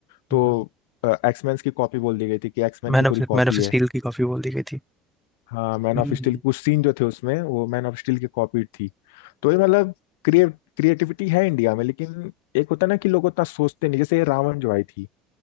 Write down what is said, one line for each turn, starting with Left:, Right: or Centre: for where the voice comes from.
Left: तो
Centre: हम्म,
Left: एक्समैन की कॉपी बोल दी गई थी कि एक्समैन
Centre: man
Left: की पूरी
Centre: of
Left: कॉपी
Centre: man of
Left: है
Centre: steel की काफी बोल दी गई थी
Left: हाँ मैन
Centre: हम्म
Left: ऑफ स्टील
Centre: हम्म
Left: कुछ सीन जो थे उसमें वो मैन ऑफ स्टील की कॉपी थी तो ये मतलब क्रिएट क्रिएटिविटी है इंडिया में लेकिन एक होता है ना कि लोग उतना सोचते नहीं जैसे ये रावण जो आई थी